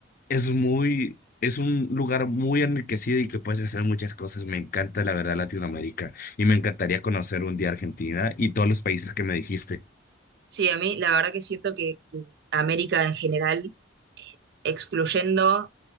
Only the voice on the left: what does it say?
es muy, es un lugar muy enriquecido y que puedes hacer muchas cosas. Me encanta, la verdad, Latinoamérica y me encantaría conocer un día Argentina y todos los países que me dijiste.